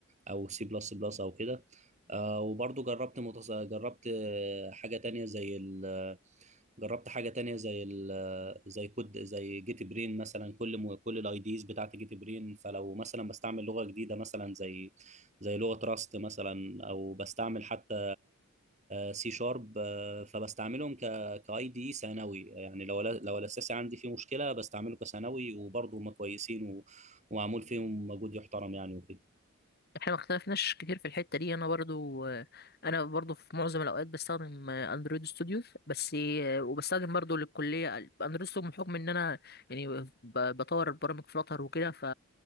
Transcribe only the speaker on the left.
احنا ما اختلفناش كتير في الحتة دي انا برضو انا برضو في معظم الاوقات بستخدم اندرويد ستوديو بس وبستخدم برضو للكلية اندرويد ستوديو بحكم ان انا يعني ب- بطور برامج فلاتر وكده ف